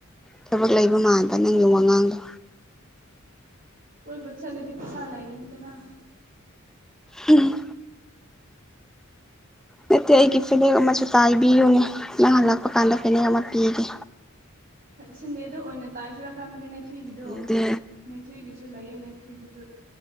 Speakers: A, in the centre; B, on the right.
A: ꯊꯕꯛ ꯂꯩꯕ ꯃꯥꯟꯕ ꯅꯪꯒꯤ ꯋꯥꯉꯥꯡꯗꯣ
B: ꯀꯣꯏꯕꯨ ꯆ ꯂꯩꯦꯗꯤ ꯄꯁꯥ ꯂꯥꯏꯒꯅꯤꯗꯅꯥ
A: ꯎꯝ ꯅꯠꯇꯦ ꯑꯩꯒꯤ ꯐꯤꯅꯦꯛ ꯑꯃꯁꯨ ꯇꯥꯏꯕꯤꯌꯨꯅꯦ ꯅꯪ ꯍꯜꯂꯛꯄ ꯀꯥꯟꯗ ꯐꯦꯅꯦꯛ ꯑꯃ ꯄꯤꯒꯦ
B: ꯁꯗꯦꯗꯣ ꯑꯣ ꯅ ꯇꯖꯔ ꯈꯅ ꯩꯊꯣꯏꯒꯤꯗꯣ
A: ꯑꯗꯨꯗꯤ
B: ꯅꯩꯊꯣꯏꯒꯤꯁꯨ ꯂꯩꯌꯦ ꯅꯊꯣꯏꯒꯤꯁꯨ